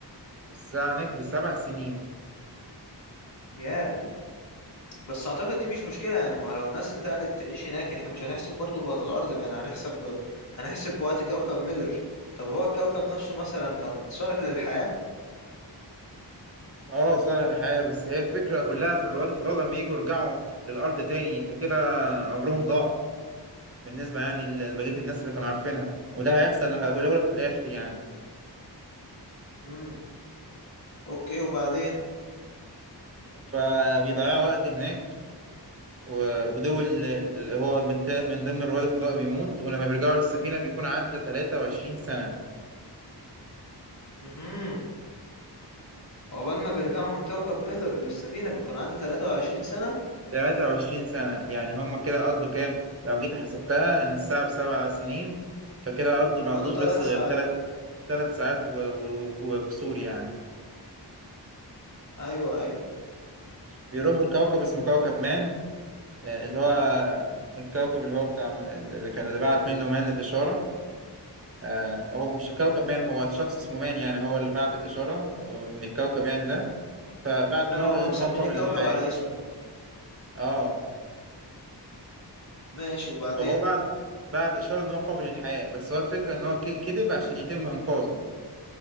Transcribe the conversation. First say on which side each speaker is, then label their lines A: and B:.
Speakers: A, on the right; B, on the left.
A: الساعة هناك بسبع سنين
B: ياه بس اعتقد دي مش مشكلة يعني ما هو لو الناس انتقلت تعيش هناك احنا مش هنحسب برضو بوقت الارض بقى هنحسب هنحسب بوقت كوكب ميلر طب هو الكوكب نفسه مثلا كان صالح للحياة
A: اه صالح الحياة بس هي الفكرة كلها في رواد الفضاء لما يجوا يرجعوا للأرض تاني انت كده عمرهم ضاع بالنسبة يعني ل- لبقية الناس اللي كانوا عارفينها وده هيحصل هقوله لك في الآخر يعني
B: امم اوكي وبعدين
A: فبيضيعوا وقت هناك و- ودول ال- اللي هو من تا- من ضمن رواد الفضاء بيموت ولما بيرجعوا للسفينة بيكون عدى 23 سنة
B: امم عقبال ما بيرجعوا من كوكب ميلر للسفينة بيكون عدى 23 سنة
A: 23 سنة يعني هم كده قضوا كام لو جيت حسبتها إن الساعة بسبع سنين فكده قضوا ما
B: قضوا
A: قضوش
B: 3
A: بس غير
B: ساعات
A: تلات تلات ساعات و- و- و- وكسور يعني
B: ايوه ايوه
A: بيروحوا لكوكب اسمه كوكب مان آه، اللي هو الكوكب اللي هو بتاع اللي كان- اللي بعت منه مان الإشارة آه هو مش الكوكب مان هو شخص اسمه مان يعني هو اللي بعت الإشارة آه، من الكوكب يعني ده فبعت إن
B: حلو
A: هو
B: هما
A: إن
B: مسمين
A: هو قابل
B: الكوكب
A: للحياة
B: على اسمه
A: اه
B: ماشي وبعدين
A: فهو بعت بعت إشارة إن هو قابل للحياة بس هو الفكرة إن هو ك- كذب عشان يتم إنقاذه